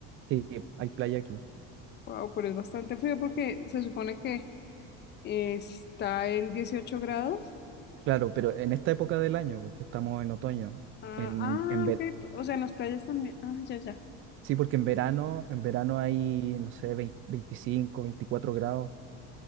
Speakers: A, on the right (about 45°); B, on the left (about 35°).
A: Sí, hay playa aquí.
B: Wow, pero es bastante frío porque se supone que eh, está en 18 grados.
A: Claro, pero en esta época del año, porque estamos en otoño,
B: Ah,
A: en,
B: ah,
A: en, ve-
B: ok. O sea, en las playas también. Ah, ya, ya.
A: Sí, porque en verano, en verano hay, no sé, 20 25, 24 grados.